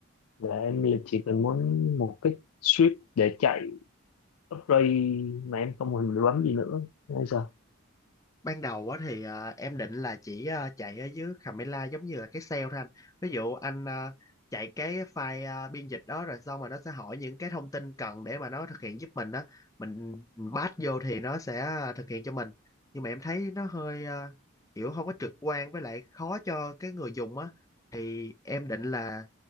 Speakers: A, on the left; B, on the left.
A: là em là chỉ cần muốn một cái script để chạy upgrade mà em không cần phải bấm gì nữa hay sao
B: ban đầu á thì à, em định là chỉ à, chạy ở dưới Camela giống như là cái sale thôi anh ví dụ anh à, chạy cái file à, biên dịch đó rồi xong rồi nó sẽ hỏi những cái thông tin cần để mà nó thực hiện giúp mình đó mình pass vô thì nó sẽ à, thực hiện cho mình nhưng mà em thấy nó hơi à, kiểu không có trực quan với lại khó cho cái người dùng á thì em định là